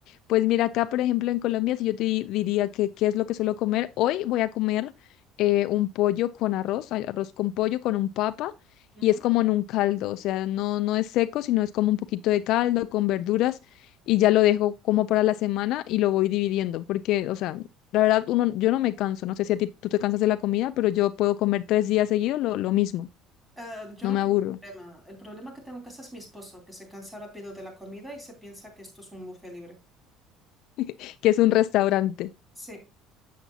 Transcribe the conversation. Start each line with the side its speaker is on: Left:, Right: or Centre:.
Left: pues mira, acá por ejemplo en Colombia, si yo te di- diría que qué es lo que suelo comer, hoy voy a comer eh, un pollo con arroz, ay, arroz con pollo, con un papa,
Centre: Ujú.
Left: y es como en un caldo, o sea, no, no es seco, sino es como un poquito de caldo con verduras, y ya lo dejo como para la semana y lo voy dividiendo, porque, o sea, la verdad, uno, yo no me canso, no sé si a ti tú te cansas de la comida, pero yo puedo comer tres días seguidos lo, lo mismo,
Centre: Ah, yo
Left: no
Centre: no
Left: me
Centre: tengo
Left: aburro,
Centre: problema. El problema que tengo en casa es mi esposo, que se cansa rápido de la comida y se piensa que esto es un buffet libre.
Left: <laughs> que es un restaurante.
Centre: Sí.